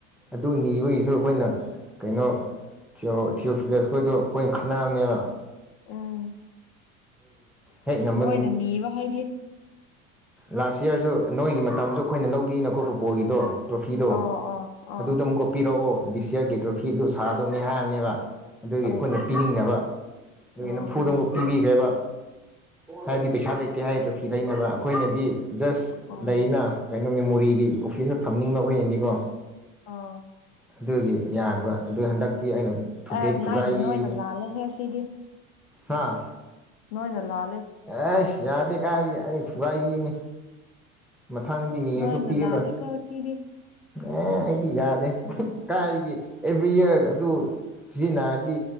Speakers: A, in the centre; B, on the left.
A: ꯑꯗꯨ ꯅꯤꯕꯒꯤꯁꯨ ꯑꯩꯈꯣꯏꯅ ꯀꯩꯅꯣ ꯊꯤꯌ ꯊꯤꯌꯑꯣꯐꯤꯂꯦꯁꯈꯣꯏꯗꯣ ꯑꯩꯈꯣꯏꯅ ꯈꯕꯅꯦꯕ
B: ꯎꯝ
A: ꯍꯦꯛ ꯉꯝꯕ
B: ꯅꯣꯏꯅ
A: ꯅꯨꯃꯤꯠ
B: ꯅꯤꯕ ꯍꯥꯏꯗꯤ
A: ꯂꯥꯁ ꯏꯌꯥꯔꯁꯨ ꯅꯣꯏꯒꯤ ꯃꯇꯝꯁꯨ ꯑꯩꯈꯣꯏꯅ ꯂꯧꯕꯤꯅꯀꯣ ꯐꯨꯠꯕꯣꯜꯒꯤꯗꯣ ꯇ꯭ꯔꯣꯐꯤꯗꯣ
B: ꯑꯣ ꯑꯣ ꯑꯣ
A: ꯑꯗꯨꯗ ꯑꯃꯨꯛꯀꯛꯄꯤꯔꯛꯑꯣ ꯗꯤꯁ ꯌꯥꯔꯒꯤ ꯇ꯭ꯔꯣꯐꯤ ꯑꯗꯨ ꯁꯥꯗꯧꯅꯤ ꯍꯥꯏꯕꯅꯦꯕ ꯑꯗꯨꯒꯤ
B: ꯑꯣ
A: ꯑꯩꯈꯣꯏꯅ ꯄꯤꯅꯤꯡꯅꯕ ꯑꯗꯨꯒꯤ
B: ꯑꯣ
A: ꯅꯝꯐꯨꯗ
B: ꯀꯔꯤꯒꯤ
A: ꯑꯃꯨꯛ ꯄꯤꯕꯤꯈ꯭ꯔꯦꯕ ꯍꯥꯏꯗꯤ ꯄꯩꯁꯥ ꯂꯩꯇꯦ ꯍꯥꯏ ꯇ꯭ꯔꯣꯐꯤ ꯂꯩꯅꯕ ꯑꯩꯈꯣꯏꯅꯗꯤ ꯖꯁ
B: ꯑꯣ
A: ꯂꯩꯅ ꯀꯩꯅꯣ ꯃꯦꯃꯣꯔꯤꯒꯤ ꯑꯣꯐꯤꯁꯅ ꯊꯝꯅꯤꯡꯕ ꯍꯈꯣꯏꯅꯗꯤꯀꯣ
B: ꯑꯣ
A: ꯑꯗꯨꯒꯤ ꯌꯥꯗꯕ ꯑꯗꯨ ꯍꯟꯗꯛꯇꯤ ꯑꯩꯅ ꯊꯨꯗꯦꯛ
B: ꯑꯦ
A: ꯊꯨꯒꯥꯏꯕꯤꯕꯅꯤ
B: ꯅꯣꯏ ꯅꯣꯏꯅ ꯂꯥꯜꯂꯦꯍꯦ <inaudible>
A: ꯍꯥꯥ
B: ꯅꯣꯏꯅ ꯂꯥ
A: ꯑꯩꯁ ꯌꯥꯗꯦ ꯀꯥꯏꯗꯤ ꯑꯩ ꯊꯨꯒꯥꯏꯕꯤꯅꯤ ꯃꯊꯪꯗꯤ ꯅꯤꯔꯁꯨ
B: ꯅꯣꯏꯅ
A: ꯄꯤꯔꯔꯣꯏ
B: ꯂꯥꯜꯂꯦꯀꯣ ꯁꯤꯗꯤ
A: ꯑꯦ ꯑꯩꯗꯤ ꯌꯥꯗꯦ ꯀꯥꯏꯒꯤ ꯑꯦꯕ꯭ꯔꯤ ꯏꯌꯥꯔ ꯑꯗꯨ ꯁꯤꯖꯤꯅꯔꯗꯤ